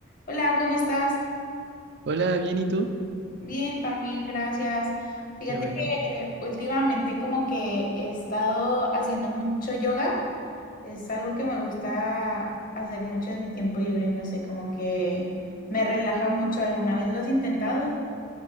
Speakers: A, on the left; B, on the right.
A: Hola, ¿cómo estás?
B: Hola, bien, ¿y tú?
A: Bien, también, gracias. Fíjate
B: Qué bueno.
A: que últimamente como que he estado haciendo mucho yoga. Es algo que me gusta hacer mucho en mi tiempo libre, no sé, como que me relaja mucho. ¿Alguna vez lo has intentado?